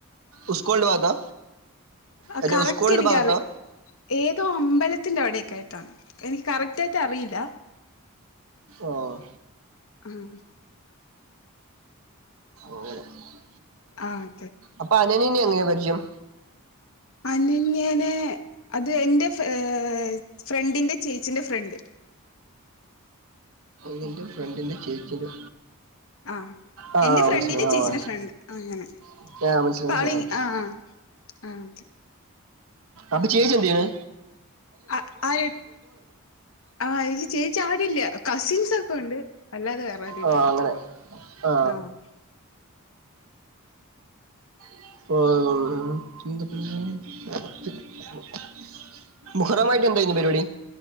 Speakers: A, on the right; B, on the left.
A: ഉസ്കൂളിന്റെ ഭാഗത്താ.
B: ആ
A: അല്ല
B: കറക്റ്റ്
A: ഉസ്കൂളിന്റെ
B: എനിക്കറി
A: ഭാഗത്താ
B: ഏതോ അമ്പലത്തിന്റെ അവിടെ ക്കായിട്ടാണ് എനിക്ക് കറക്റ്റ് ആയിട്ട് അറിയില്ല.
A: ആഹ്
B: ഉം
A: ഓ അങ്ങനെ.
B: ആഹ്
A: അപ്പ അനന്യനെ എങ്ങനെ പരിചയം?
B: അനന്യേനെ അത് എന്റെ ഏഹ് ഫ്രണ്ടിന്റെ ചേച്ചിന്റെ ഫ്രണ്ട്.
A: നിന്റെ ഫ്രണ്ടിന്റെ ചേച്ചിന്റെ
B: ആഹ്
A: ആ ആ,
B: എന്റെ ഫ്രണ്ടിന്റെ
A: മനസ്സിലായി ആ
B: ചേച്ചിന്റെ
A: ആ
B: ഫ്രണ്ട് അങ്ങനെ.
A: ആ, മനസ്സിലായി
B: പാളി
A: മനസ്സിലായി ആ
B: ആഹ് ആതെ.
A: അപ്പ ചേച്ചി എന്തെയ്യണ്?
B: ആഹ് ആര് ആഹ് എനിക്ക് ചേച്ചി ആരുല്ല കസിൻസ് ഒക്കെ ഉണ്ട്. അല്ലാതെ വേറെ ആരും ഇല്ല
A: ആ അങ്ങനെ ആ
B: ആഹ്.
A: <unintelligible> മുഹറമായിട്ട് എന്തായിരുന്നു പരിപാടി.